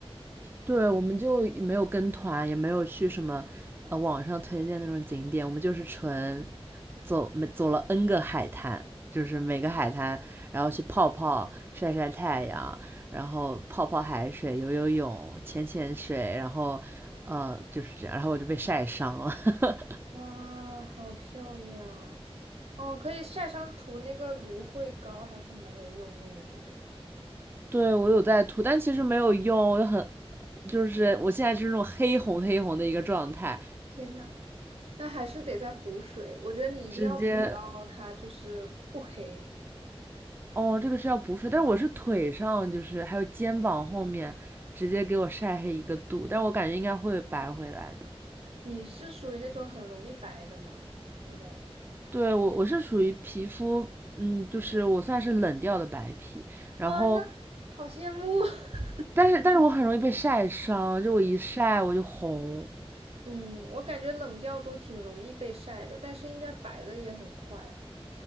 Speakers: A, on the right; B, on the right.
A: 对，我们就没有跟团，也没有去什么呃网上推荐那种景点，我们就是纯走没走了 N 个海滩，就是每个海滩，然后去泡泡、晒晒太阳，然后泡泡海水、游游泳、潜潜水，然后呃就是这样，然后我就被晒伤了。<laughs>
B: 哇，好漂亮！哦，可以晒伤涂那个芦荟膏，还是蛮有用的，我觉得。
A: 对我有在涂，但其实没有用，我就很就是我现在是那种黑红黑红的一个状态，
B: 天呐，那还是得再补水，我觉得你一定要补到它就是不黑。
A: 直接哦，这个是要补水，但是我是腿上，就是还有肩膀后面，直接给我晒黑一个度，但我感觉应该会白回来的。
B: 你是属于那种很容易白的吗？应该。
A: 对，我我是属于皮肤，嗯，就是我算是冷调的白皮，然后
B: 啊，那好羡慕。<laughs>
A: 但是但是我很容易被晒伤，就我一晒我就红，
B: 嗯，我感觉冷调都挺容易被晒的，但是应该白的也很快。